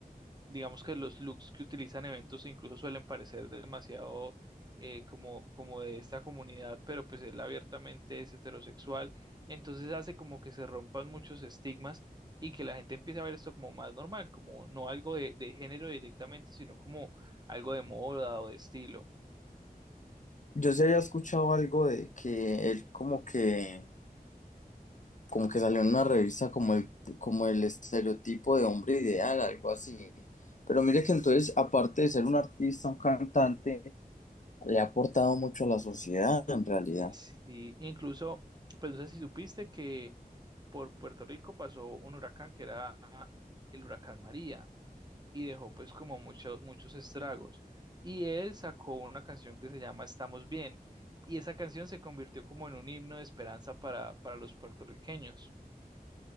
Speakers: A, on the right (about 25°); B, on the left (about 55°).
A: digamos que los looks que utilizan eventos incluso suelen parecer demasiado eh, como, como de esta comunidad, pero pues él abiertamente es heterosexual, entonces hace como que se rompan muchos estigmas y que la gente empiece a ver esto como más normal, como no algo de, de género directamente, sino como algo de moda o de estilo.
B: Yo sí había escuchado algo de que él como que, como que salió en una revista como el, como el estereotipo de hombre ideal, algo así. Pero mire que entonces, aparte de ser un artista, un cantante, le ha aportado mucho a la sociedad en realidad.
A: Sí, incluso, pues no sé si supiste que por Puerto Rico pasó un huracán que era el huracán María. y dejó pues como muchos muchos estragos. Y él sacó una canción que se llama Estamos Bien, y esa canción se convirtió como en un himno de esperanza para, para los puertorriqueños.